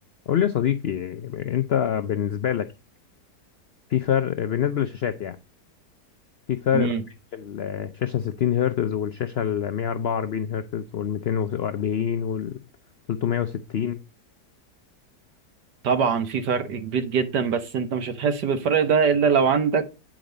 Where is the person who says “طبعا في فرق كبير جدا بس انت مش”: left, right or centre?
Right